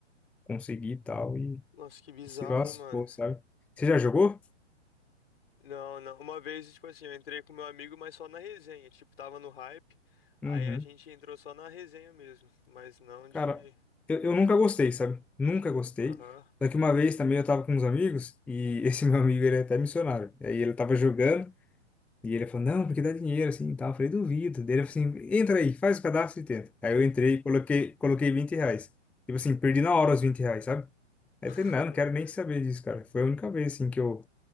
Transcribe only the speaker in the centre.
conseguir e tal e
se lascou,
sabe? Você já jogou?
Uhum.
Cara, eu, eu nunca gostei, sabe? Nunca gostei.
Só que uma vez também eu tava com uns amigos e esse <laughs> meu amigo, ele é até missionário. E aí ele tava jogando e ele falou, não, porque dá dinheiro, assim, e tal. Eu falei, duvido. Daí ele falou assim, entra aí, faz o cadastro e tenta. Aí eu entrei, coloquei, coloquei 20 reais. Tipo assim, perdi na hora os 20 reais, sabe? Aí
eu falei, não, não quero nem saber disso, cara. Foi a única vez, assim, que eu,